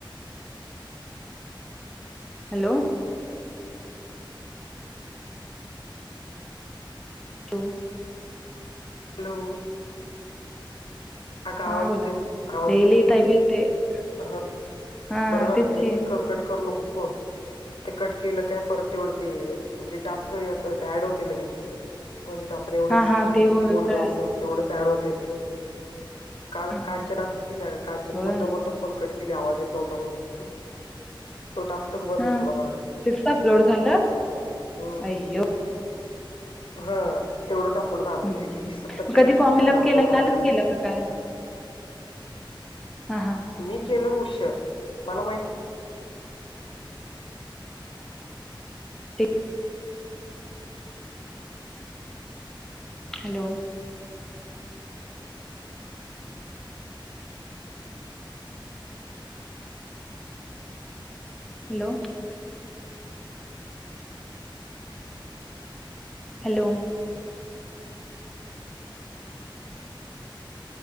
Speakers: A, in the centre; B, on the left.
A: Hello. Hello.
B: Hello अग आवाज
A: हा बोला
B: देत आवाज
A: लई
B: येत नव्हता.
A: <unintelligible>
B: हा
A: हा
B: बरं झालं
A: तेच
B: नाही
A: की
B: कट करू नको फोन ते कट केलं काय परत तेवढं ते जे टास्कत ते ऍड होते लगेच ते म्हणजे आपण एवढंच
A: हा हा ते होय
B: बोललो
A: कळालं
B: असं. तेवढंच ऍड होतं ते काल
A: हा
B: कांचन असंच केलं का कांचन
A: होय
B: बोलता बोलता फोन कट. आवाज येत नव्हता म्हणून तो टा च बंद
A: हा
B: झाला माझ
A: तिथंच अपलोड झालं
B: हम्म.
A: अय्यो
B: हा तेवढंच अपलोड झाल
A: हम्म
B: एकशे सत्तर सेकंदच
A: कधी फॉर्म
B: कायत
A: फिलअप
B: अपलोड
A: केलाय
B: झालं.
A: कालच केलाय काय हा हा
B: मी केलं गुशर मला माहित
A: ते hello. Hello. Hello.